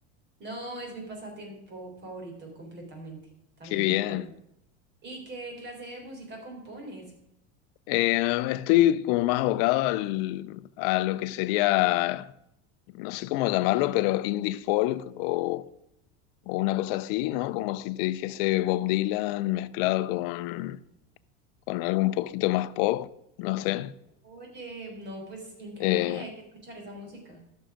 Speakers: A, on the right; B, on the left.
A: No, es mi pasatiempo favorito, completamente. También
B: Qué bien.
A: de acuerdo. ¿Y qué clase de música compones?
B: Eh, estoy como más abocado al, a lo que sería, no sé cómo llamarlo, pero indie folk o, o una cosa así, ¿no? Como si te dijese Bob Dylan mezclado con, con algo un poquito más pop, no sé.
A: Oye, no, pues increíble,
B: Eh,
A: hay que escuchar esa música.